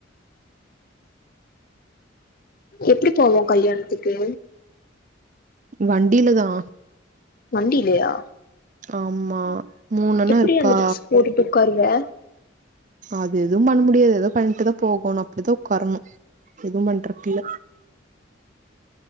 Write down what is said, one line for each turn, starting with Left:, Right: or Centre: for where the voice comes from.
Left: எப்டி போவோ கல்யாணத்துக் கு
Right: வண்டில தா
Left: வண்டில்லயா
Right: ஆமா மூணண்ணா
Left: எப்புடி
Right: இருக்கா
Left: அந்த டிரெஸ் போட்டுட்டு உக்காருவ
Right: அது எதும் பண்ண முடியாது எதொ பண்ட்டுதா போகொனு அப்டிதா உக்காரணு எதும் பண்றக்கில்ல